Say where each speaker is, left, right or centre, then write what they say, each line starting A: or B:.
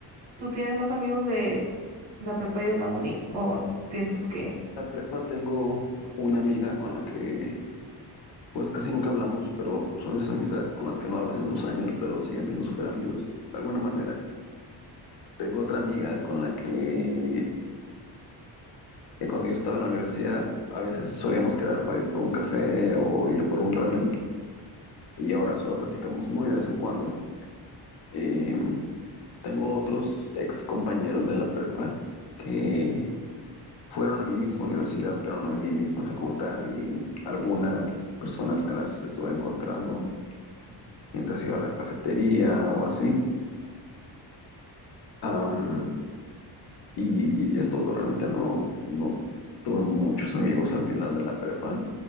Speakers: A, on the right; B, on the left.
A: ¿tú tienes más amigos de la prepa y de la uni? ¿O piensas que...
B: la prepa tengo una amiga con la que pues casi nunca hablamos, pero son esas amistades con las que no hablas en dos años, pero siguen siendo súper amigos, de alguna manera. Tengo otra amiga con la que, que cuando yo estaba en la universidad a veces solíamos quedar para ir por un café o ir por un ramen y ahora solo platicamos muy de vez en cuando. Eh, tengo otros ex compañeros de la prepa que fueron a mi misma universidad, pero no en mi misma facultad y algunas personas me las estuve encontrando mientras iba a la cafetería o así. Am, y es todo, realmente no, no tuve muchos amigos al final de la prepa.